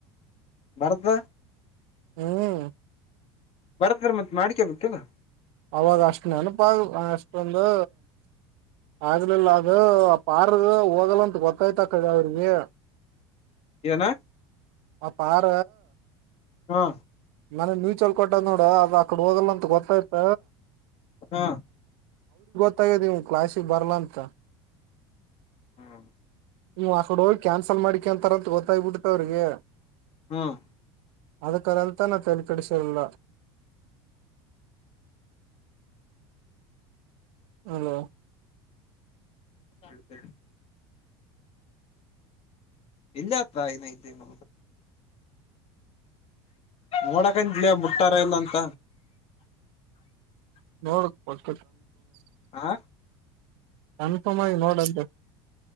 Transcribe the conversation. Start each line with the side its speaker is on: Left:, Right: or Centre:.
Left: ಬಾರದ
Right: ಹ್ಮ್
Left: ಬರತ್್ರ ಮತ್ ಮಾಡ್ಕೇಬೇಕಲ್ವಾ
Right: ಅವಾಗ ಅಷ್ಟ ನೆನಪಾಗ ಅಷ್ಟೊಂದು ಆಗ್ಲಿಲ್ಲ ಅದು ಆ ಪಾರ ಹೋಗಲ್ಲ ಅಂತ ಗೊತ್ತಾಯ್ತ ಕಡ ಅವ್ರಿಗೆ
Left: ಏನ
Right: ಆ ಪಾರ
Left: ಹಾ
Right: ಮನನ್ಯೂಚಲ್ ಕೊಟ್ಟ ನೋಡ ಅ್ರ ಅಕಡೆ ಹೋಗಲ್ಲ ಅಂತ ಗೊತ್ತಾಯ್ತ
Left: ಹಾ
Right: ಗ್ ಕ್ಲಾಸಿಗೆ ಬರ್ಲ್ಲಾ ಅಂತ
Left: ಹ್ಮ
Right: ಹ್ ಆ ಕಡೆ ಹೋಗಿ ಕ್ಯಾನ್ಸಲ್ ಮಾಡಿಕ ಅಂತಾರಂತ ಗೊತ್ತಾಗಬಿಡ್ತ ಅವ್ರಿಗೆ
Left: ಹ್ಮ್
Right: ಅದಕ್ಕಾದಂತಾನ ತರಿಪಡಿಸಿರಿಲ್ಲ ಹ್ಮ
Left: ತ ಇಲ್ಲಾ ಪ್ರಾಯನ ಇಲ್ಲಿ ನ ನೋಡಕಂತಲಯ ಮುಟ್ಟಾರ ಇಲ್ಲ ಅಂತ
Right: ನೋಡ್ ಕೊಡ್
Left: ಆಾ
Right: ಕನ್ಫರ್ಮ್ ಆಗಿ ನೋಡಂತ